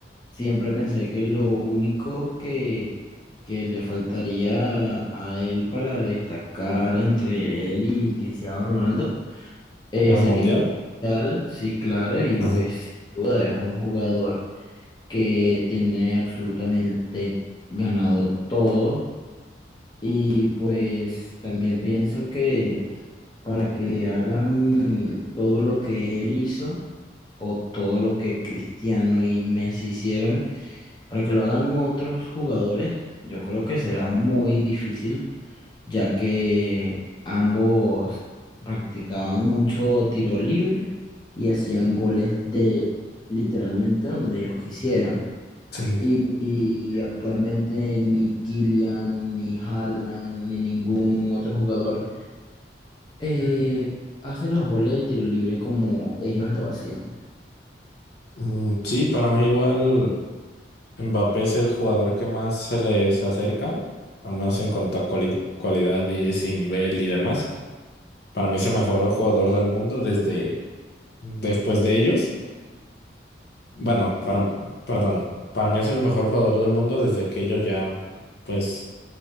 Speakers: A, on the left; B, on the left.
A: siempre pensé que lo único que, que le faltaría a él para destacar entre él y Cristiano Ronaldo eh,
B: el
A: sería
B: Mundial.
A: un mundial, sí, claro,
B: <laughs>
A: y pues
B: Ujú.
A: sin duda es un jugador que tiene absolutamente ganado todo. Y pues también pienso que para que hagan todo lo que él hizo, todo lo que Cristiano y Messi hicieron, para que lo hagan otros jugadores, yo creo que será muy difícil, ya que ambos practicaban mucho tiro libre y hacían goles de literalmente donde ellos quisieran.
B: Sí.
A: Y, y actualmente ni Kylian, ni Haaland, ni ningún otro jugador eh, hace los goles de tiro libre como ellos lo hacían.
B: Mm, sí, para mí igual Mbappé es el jugador que más se les acerca, al menos en cuanto a cuali- cualidades y nivel y demás. Para mí es el mejor jugador del mundo desde después de ellos. Bueno, para, perdón, para mí es el mejor jugador del mundo desde que ellos ya, pues,